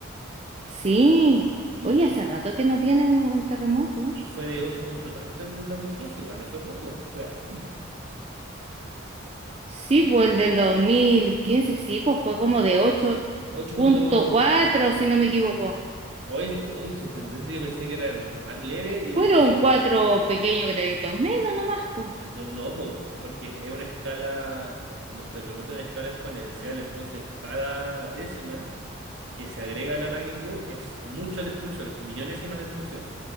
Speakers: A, on the right (about 30°); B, on the right (about 60°).
A: Sí.
B: Y,
A: Oye, hace rato que no viene un, un terremoto.
B: y, y fue de 8 puntos tanto el del 2015 igual no fue poco, fue harto.
A: Sí, pues el del 2015, sí, pues fue como de 8.4,
B: ocho puntos,
A: si no me equivoco.
B: hoy, hoy sorprendente, yo pensé que era ma- más leve y el
A: Fueron
B: del,
A: cuatro pequeños graditos menos nomás, po.
B: el do- no, po, porque es una escala, los terremotos en escala exponencial, entonces cada décima. que se agrega a la magnitud es mucha destrucción, es millones y más destrucción.